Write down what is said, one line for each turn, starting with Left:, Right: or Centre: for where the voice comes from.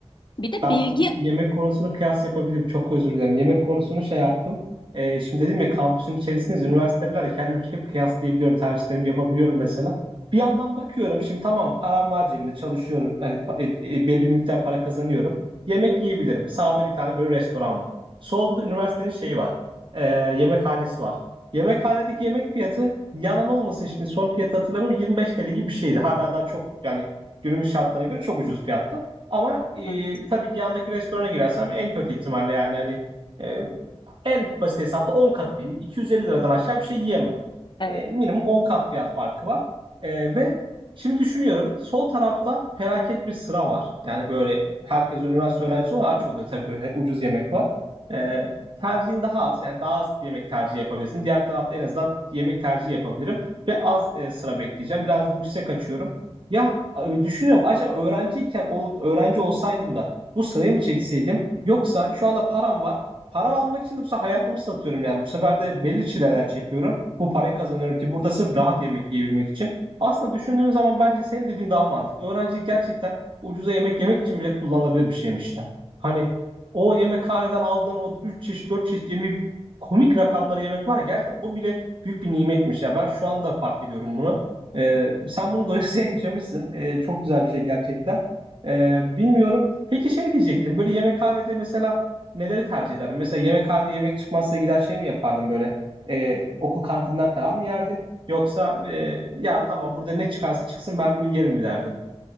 Left: Bir de
Right: Ben
Left: bilgi...
Right: bu yemek konusunu kıyas yapabilirim. Çok özür dilerim. Yemek konusunu şey yaptım. Ee, şimdi dedim ya kampüsün içerisindeyiz. Üniversitelerle kendimi hep kıyaslayabiliyorum. Tercihlerimi yapabiliyorum mesela. Bir yandan bakıyorum. Şimdi tamam param var cebimde. Çalışıyorum. Hani pa- e, e, belli bir miktar para kazanıyorum. Yemek yiyebilirim. Sağda bir tane böyle restoran var. Solda da üniversitenin şeyi var. Ee, yemekhanesi var. Yemekhanedeki yemek fiyatı yalan olmasın şimdi son fiyatı hatırlamıyorum 25 TL gibi bir şeydi. Hala daha çok yani günümüz şartlarına göre çok ucuz fiyatta. Ama e,
Left: Evet,
Right: tabii ki yandaki restorana girersem en kötü ihtimalle yani hani e, en basit hesapla 10 katı diyeyim. 250 liradan aşağı bir şey yiyemem.
Left: evet.
Right: E, minimum 10 kat fiyat farkı var. E, ve şimdi düşünüyorum sol tarafta felaket bir sıra var. Yani böyle herkes üniversite öğrencisi olarak aç oluyor tabii böyle ucuz yemek var. E, tercihin daha az yani daha az yemek tercihi yapabilirsin. Diğer tarafta en azından yemek tercihi yapabilirim ve az e, sıra bekleyeceğim. Biraz lükse kaçıyorum. Ya e, düşünüyorum acaba öğrenciyken ol- öğrenci olsaydım da bu sırayı mı çekseydim yoksa şu anda param var. Para almak için de bu sefer hayatımı satıyorum yani. Bu sefer de belli çileler çekiyorum. Bu parayı kazanıyorum ki burada sırf rahat yemek yiyebilmek için. Aslında düşündüğüm zaman bence senin dediğin daha mantıklı. Öğrencilik gerçekten ucuza yemek yemek için bile kullanılabilir bir şeymiş ya. Hani o yemekhaneden aldığın o 3 çeşit 4 çeşit yemeği komik rakamları yemek var ya gerçekten o bile büyük bir nimetmiş ya. Ben şu anda fark ediyorum bunu. Ee, sen bunu doyasıya <laughs> yaşamışsın. Ee, çok güzel bir şey gerçekten. Ee, bilmiyorum. Peki şey diyecektim. Böyle yemekhanede mesela neleri tercih ederdin? Mesela yemekhanede yemek çıkmazsa gider şey mi yapardın böyle? Ee, okul kantinden falan mı yerdin? Yoksa e, ya tamam burada ne çıkarsa çıksın ben bunu yerim mi derdin?